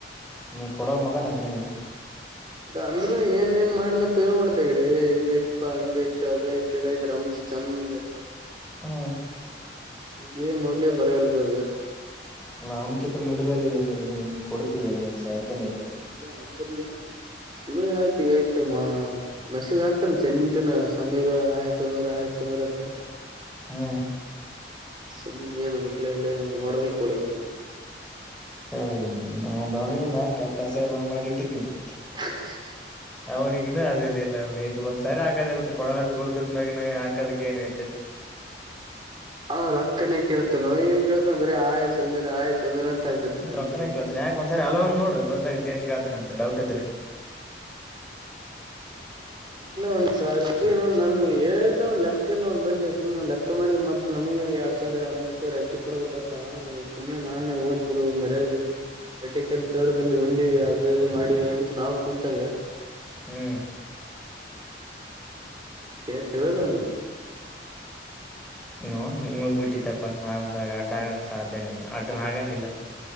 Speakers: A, in the centre; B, on the right.
A: ನೀ ಕೊಡೋ ಮಗ ನಾ ನಿನು
B: ಅಂದ್ರ ಏನ್ ಎನ್ನ್ ಮಾಡಿದನಪ್ಪ ಏನ್ ಮಾಡ್ತ ಈಕಡಿ ಏ ಹಿಂಗಾಯ್ತಪ ಹಂಗ ಆಯ್ತ್ ಅದ್ ಆಯ್ತ್ ಇದ ಆಯ್ತ್ ರಮಿಶಿ ಚಂದ
A: ಹ್ಮ್.
B: ಈಗೆ ಮೊದ್ಲೆ ಬರಗಾಲ ಬಿದ್ದೇದ.
A: ನಾ ಅವ್ನಕಿಂತ ಮಿಂಡಗಾರ ಇದೆ ಅಲೆ ನೀನು ಕೊಡತಿದ್ದಿ ಏನ ಸಾಧ್ಯನೇ ಇಲ್ಲ.
B: ಇಲ್ಲ ಅಂದ್ರನು ಸುಮ್ಮನೆ ಯಾಕ ಹೇಳ್ತಿಯಮ್ಮ. ಮೆಸೇಜ್ ಹಾಕ್ತಾನ ಚಂಚನ ಸಮೀರ ಹಾಯ್ ಸಮೀರ ಹಾಯ್ ಸಮೀರ ಅಂತ
A: ಹ್ಮ್.
B: ಸುಮ್ಮನೆ ಏನ ರೀಪ್ಲೈ ಇಲ್ಲ ನೋಡದೇ ಕೂಡದು ಸುಮ್ಮನೆ
A: ಏಯ ಅವಂದ ಅವ್ನಗಿನ ಕೆಟ್ಟ ಅಸಯ್ಯ ಮಾಡಿ ಇಟ್ಟಿದ್ದೀನಿ.
B: <inaudible>
A: ಅವ್ನಿಗಿನ ಅದು ಇದಿಲ್ಲ ಅವ್ನ ಒಂದ್ ಸಾವಿರ ಹಾಕದ ಇರತ ಕೊಡಲ್ಲ ಅಂತ ಗುರುತ ಇದ್ದ ಮ್ಯಾಗ ಇನ್ನ ಹಾಕದಕ ಏನ ಐತೆ ಸರ್
B: ಅವ ರೊಕ್ಕನೇ ಕೇಳ್ತಾನೋ ಏನ್ ಕೇಳ್ತಾನ ಬರೀ ಹೈ ಸಮೀರ್ ಹೈ ಸಮೀರ್ ಅಂತ ಹಾಕ್ತಾನ ಸಂಡೇ
A: ರೊಕ್ಕನ
B: ಸಂಜಿತಣ.
A: ಕೇಳ್ತಾನೆ ಯಾಕ ಒಂದ್ ಸರಿ ಹೆಲೋ ಅಂದ ನೋಡು ಗೊತ್ತೆ ಆಗತ್ತ ಏನ್ ಕೇಳ್ತಾನ ಅಂತ ಡೌಟ್ ಇದ್ರ
B: ವಿಷ್ಣು ಒಂದ್ ಸಾವಿರ ರೂಪಾಯಿ ನನ್ ಏಸ ಲೆಕ್ಕ ಇಲ್ಲ ಅವ್ನ ಬಳ್ಳಿ ಸುಮ್ಮ ಲೆಕ್ಕ ಚೆಕ ಮಾಡಿದ್ರ ಮತ್ ನನಗೆ ಎರಡ್ ಸಾವಿರ ಮೂರ್ ಸಾವಿರ ಹಚ್ಚಿ ಕೊಡ್ಬೇಕಾಗ್ತದ ಸುಮ್ಮನೆ ನಾನೇ ಹೋಗ್ಲಿಬಿಡು ಮರ್ಯಾದೆ ಏಟ್ಟೆಕಲ್ಲಿ ಸರ್ ಬಲ್ಲಿ ಉಂಡೇವಿ ಅದು ಇದು ಮಾಡಿವಿ ಅಂತ ನಾವು ಕೂತಂಗ
A: ಹ್ಮ್.
B: ಕೇಳ್ತಿ ಇಲ್ಲೋ ನೀ
A: ನೋಡ್ ನಿಮಗ್ ಬಿಟ್ಟಿದಪ್ಪ ನಾವು ಅದ್ರಾಗ ಅಡ್ಡ ಆಗಕ್ ಸಾಧ್ಯನೇ ಇಲ್ಲ ಅಡ್ನ ಆಗನಿಲ್ಲ.